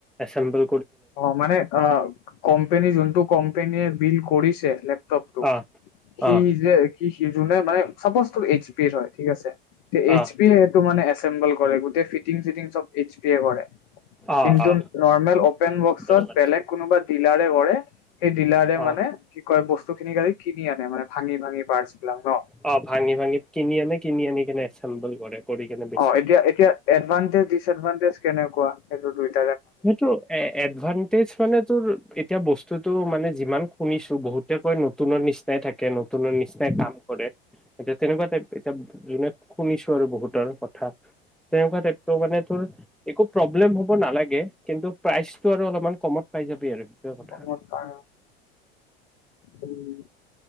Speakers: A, in the centre; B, on the left (about 55°).
A: এছেম্বল
B: অ', মানে আহ, কোম্পানী যোনটো কোম্পানীয়ে বিল কৰিছ <unintelligible> <unintelligible>
A: অ
B: সি
A: অ
B: যে সি যোনে মানে চাপজ টোৰ এইচ পি হয় ঠিক আছে, এইচ
A: অ
B: পিটো মানে <unintelligible> কৰে গোটেই ফিটিং চিটিং চব এইচ পি এ কৰে।
A: অ
B: কিন্তু
A: অ
B: নৰ্মেল বক্সত
A: তেনেকুৱা
B: বেলেগ কোনোবা তিলাৰে কৰে। সেই ডিলাৰে
A: টাইপ অ
B: মানে কি কয় বস্তু? <unintelligible> কিনি আনে মান ভাঙি ভাঙি। পাৰ্টচ বিলাক ন
A: অ' ভাঙি ভাঙি কিনি আনে কিনি আনি কেনে চাম্বল কৰে। কৰি কেনে বেছি
B: অ' এতিয়া
A: দিয়ে
B: এতিয়া এডভানটেজ ডিচএডভানটেজ কেনেকুৱা সেইটোতে
A: সেইটো এডভানটেজ মানে তোৰ এতিয়া বস্তুতটো মানে যিমান শুনিছো বহুতে কৈ নতুনৰ নিচিনাই থাকে নতুনৰ নিচিনাই কাম কৰে। এতিয়া তেনেকুৱা টাইপ এতিয়া যোনে শুনিছো আৰু বহুতৰ কথা তেনেকুৱা টাইপতো মানে তোৰ একো প্ৰব্লেম হ'ব নালাগে। কিন্তু প্ৰাইচটো আৰু অলপমান কমত পাই যাবি আৰু। কথা
B: কমটা উম